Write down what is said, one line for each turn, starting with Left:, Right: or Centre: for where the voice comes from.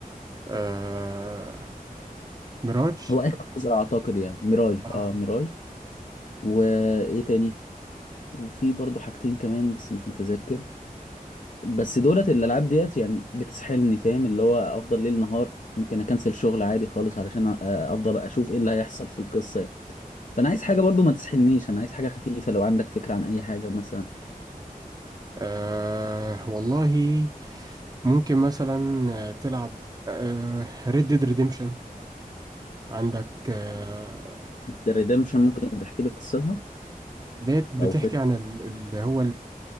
Right: آه... ميراج
Left: هو اخر جزء اعتقد يعني ميراج
Right: آه.
Left: اه ميراج وايه تاني وفي برضه حاجتين كمان بس مش متذكر بس دولت الالعاب ديت يعني بتسحلني فاهم اللي هو افضل ليل نهار ممكن اكنسل شغل عادي خالص علشان أ- افضل اشوف ايه اللي هيحصل في القصه يعني فانا عايز حاجه برضه ما تسحلنيش انا عايز حاجه خفيفه لو عندك فكره عن اي حاجه مثلا
Right: آه... والله ممكن مثلا آه، تلعب ريد ديد ريديمشن عندك آه،
Left: ريدمشن ممكن تحكي لي قصتها
Right: ديت بتحكي
Left: او فكره
Right: عن ال- اللي هو